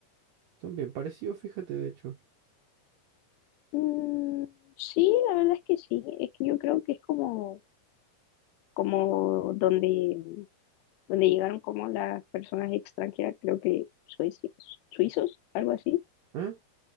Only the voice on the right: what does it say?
Son bien parecidos, fíjate, de hecho.
¿Eh?